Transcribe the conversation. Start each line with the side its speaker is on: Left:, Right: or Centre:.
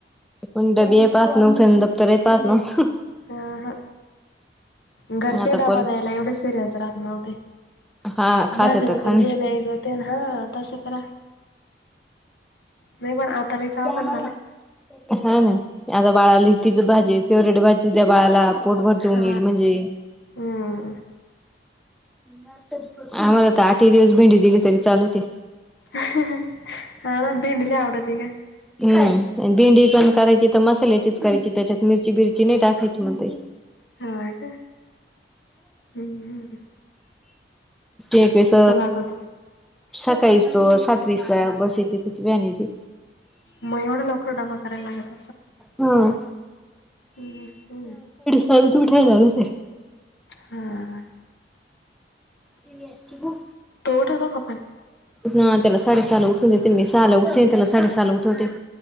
Centre: कोणी डबी पाध नव्हते आणि दफ्तरही पाध नव्हतं <inaudible>
Left: हा -हा घरचे
Centre: आता
Left: डब्बा
Centre: पोरांची
Left: द्यायला एवढे सिरयस राहत नव्हते.
Centre: हा खाते
Left: भाजी-भाकर
Centre: तर खा
Left: जे न्यायचं <unintelligible> जात ना ह तच. <inaudible> नाही पण आता
Centre: <inaudible>
Left: अवघड
Centre: हा
Left: झाले
Centre: ना आता बाळाला तीच भाजी फेवरेट भाजी त्या बाळाला पोटभर जेवून
Left: हा
Centre: येईल म्हणजे
Left: हम्म.
Centre: <inaudible> आम्हाला तर आठही दिवस भेंडी दिली तरी चालवते.
Left: <inaudible> आ भेंडी लय आवडते ग.
Centre: <inaudible> हम् भिंडी पण करायची तर मसाल्याचीच करायची त्याच्यात मिरची -बिरची नाही टाकायची मग ते
Left: हा का हम्म- हम्.
Centre: यकस.
Left: जातो तू
Centre: सकाळीस तो सातवीस ला बस येते त्याची वॅन येते.
Left: मग एवढा लवकर डबा करायला लागत
Centre: हम.
Left: हकू.
Centre: चाल तूठाय झा ना ते
Left: हा.
Centre: टि व अससची ग.
Left: तोटात खपन
Centre: ना त्याला साडे सल उठूनते ते म सल उठते त्याला साडे सल उठोते.